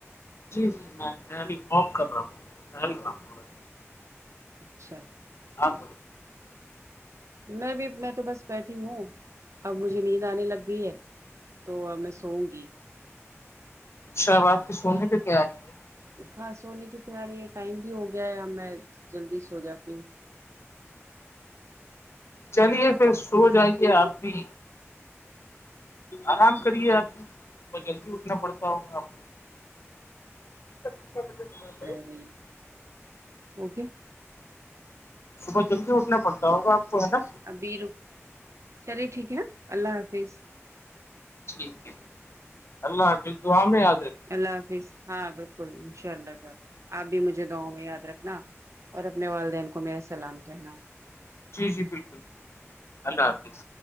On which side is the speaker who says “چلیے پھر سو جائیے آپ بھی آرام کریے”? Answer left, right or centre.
Left